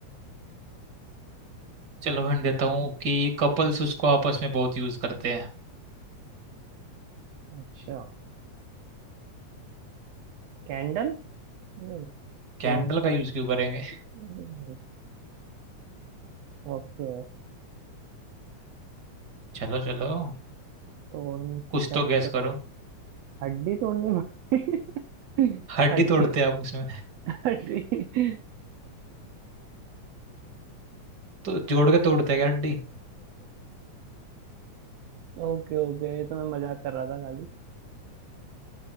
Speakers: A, on the right; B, on the right.
A: चलो हिंट देता हूँ कि कपल्स उसको आपस में बहुत यूज करते हैं
B: अच्छा कैंडल नहीं
A: कैंडल
B: तोड़
A: का यूज क्यों करेंगे
B: नहीं, ओके
A: चलो चलो
B: तोड़ने से
A: कुछ
B: पहले
A: तो गैस
B: क्या
A: करो
B: हड्डी तोड़नी पड़ती <laughs>
A: हड्डी
B: हड्डी
A: तोड़ते हैं आप उसमें
B: हड्डी
A: तो जोड़ के तोड़ते हैं क्या हड्डी
B: ओके ओके ये तो मैं मजाक कर रहा था खाली